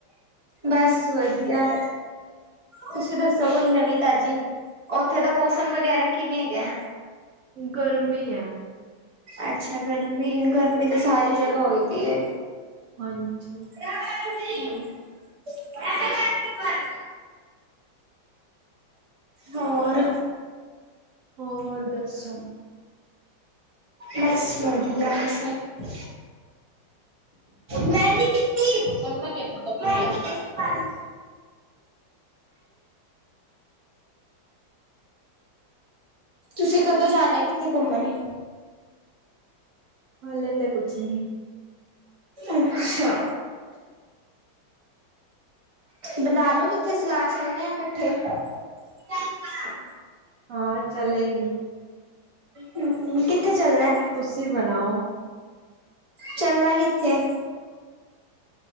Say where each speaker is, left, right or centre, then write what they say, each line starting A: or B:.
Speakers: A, on the right; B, on the right.
A: ਬਸ ਵਧੀਆ। ਤੁਸੀਂ ਦੱਸੋ ਕੋਈ ਨਵੀਂ ਤਾਜ਼ੀ, ਓਥੇ ਦਾ ਮੌਸਮ ਵਗੈਰਾ ਕਿਵੇਂ ਹੈਗਾ?
B: ਗਰਮੀ ਹੈ।
A: ਅੱਛਾ, ਗਰਮੀ ਏ ਗਰਮੀ ਤੇ ਸਾਰੀ ਜਗ੍ਹਾ ਹੋਈ ਪੀ ਏ
B: ਹਾਂਜੀ।
A: <inaudible> ਹੋਰ?
B: ਹੋਰ ਦੱਸੋ?
A: ਬਸ ਵਧੀਆ ਸਭ। ਮੈਂ ਨੀ ਕੀਤੀ। <unintelligible> ਤੁਸੀਂ ਕਦੋਂ ਜਾਣਾ, ਕਿੱਥੇ ਘੁੰਮਣ ਲੀ?
B: ਹਲੇ ਤੇ ਕੁਛ ਨੀ।
A: ਅੱਛਾ। ਬਣਾਲੋ ਕਿੱਥੇ ਸਲਾਹ, ਚੱਲਣੇ ਆ ਇਕੱਠੇ। <inaudible>
B: ਹਾਂ ਚਲੇਗੀ
A: ਹੂੰ ਕਿੱਥੇ ਚੱਲਣਾ ਐ
B: ਤੁਸੀਂ ਬਣਾਓ
A: ਚਲਨਾ ਕਿੱਥੇ ਐ।